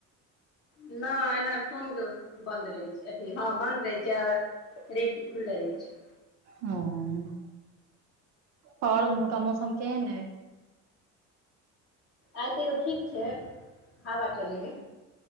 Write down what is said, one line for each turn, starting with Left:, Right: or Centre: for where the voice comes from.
Left: नय एनहर सोम के बन्द रहै छै। अथी हँ बन्द रहे छै, रइब के खुलले रहे छै।
Right: ह, और ओमरहका का मौसम केहन अय?
Left: आइ तैयो ठीक छै, हवा चलै हइ।